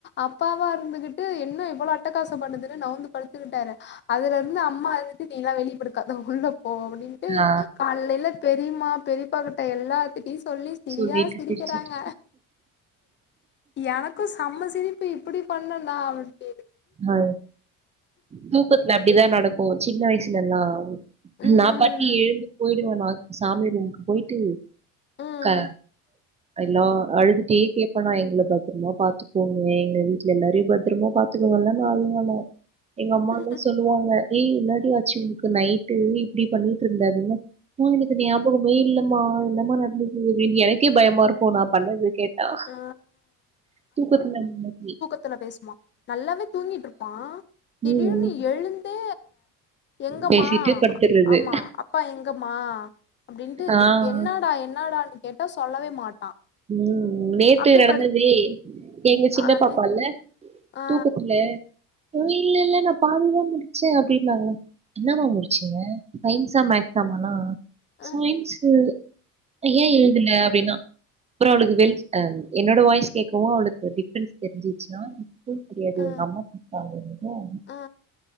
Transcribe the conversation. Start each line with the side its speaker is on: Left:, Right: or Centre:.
Left: அப்பாவா இருந்துகிட்டு என்ன இவ்வளோ அட்டகாச பண்ணுதுன்னு நாவுந்து படுத்துக்கிட்டாரு அதுலர்ந்து அம்மா இருந்துட்டு நீ லா வெளிப்படுக்காத உள்ள போ அப்டின்ட்டு
Right: ஆ.
Left: கால்லேல பெரிம்மா பெரிப்பா கிட்ட எல்லாத்திட்டியு சொல்லி சிரியா
Right: சொல்லிட்டு
Left: சிரிக்கறாங்க
Right: சிரிச்சுட்டு.
Left: எனக்கு செம்ம சிரிப்பு இப்டி பண்ணனா அப்டி
Right: அ தூக்கத்துல அப்டிதா நடக்கு ஒ சின்ன வயசுலனா
Left: ம்
Right: நா பாட் நீ எழுந்து போயிடுவ நா சாமி ரூமுக்கு போயிட்டு
Left: ம்
Right: க எல்லா அழுதுட்டே கேப்பனா எங்கள பத்திரமா பாத்துக்கோங்க எங்க வீட்ல எல்லாரையு பத்திரமா பா துகோ வல்லாம அழுவனா எங்க அம்மாலா
Left: ம்
Right: சொ சொல்லுவாங்க ஏய் இன்னாடி ஆச்சு உன்க்கு நைட்டு இப்டி பண்ணிட்ருந்த அதுன போ எனக்கு அது ஞாபகமே இல்லம்மா இன்னமா நட்ந்துது எனக்கே பயமா இருக் அப்போ நா பண்ணது கேட்டா
Left: ஆ
Right: தூக்கத்துல இன்னக்கி
Left: த்துல பேசுமா நல்லாவே தூங்கிட்ருப்பா திடீர்னு
Right: ம்
Left: எழுந்தே எங்க
Right: பேசிட்டு
Left: மா
Right: படுத்துறது
Left: ஆமா அப்பா எங்கம்மா அப்டின்ட்டு
Right: ஆ ஆ
Left: என்னடா என்னடான் கேட்டா சொல்லவே மாட்டா
Right: ம் நேத்து
Left: அப்டியே
Right: நடந்ததே
Left: படுத்
Right: எங்க சின்ன
Left: ஆனு
Right: பாப்பால்ல
Left: ஆ
Right: தூக்கத்துல தொழில்லல நா பாதிதா முடிச்சே அப்டின்னாங்கோ என்னமா முடிச்சிங்க சயின்ஸா மேக்ஸாமானா
Left: அ
Right: சயின்ஸு றைய எழ்துல அப்டின்னா அப்புற அவளுக்கு வெல் அ என்னோட வாய்ஸ் கேக்கவு அவளுக்கு டிஃப்ரன்ஸ் தெரிஞ்சிச்சுனா எனக்கு தெரியாது
Left: அ
Right: எங்க அம்மா பாத்தாங்கள
Left: அ